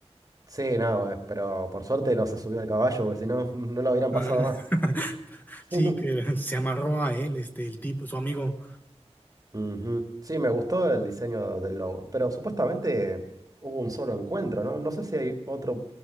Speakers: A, on the right (about 30°); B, on the left (about 15°).
A: Sí, no, eh, pero por suerte no se subió al caballo, porque si no, no lo hubieran
B: Ah,
A: pasado más.
B: <laughs> Sí,
A: <laughs>
B: que se amarró a él, este, el tipo, su amigo.
A: Ujú. Sí, me gustó el diseño del logo, pero supuestamente hubo un solo encuentro, ¿no? No sé si hay otro,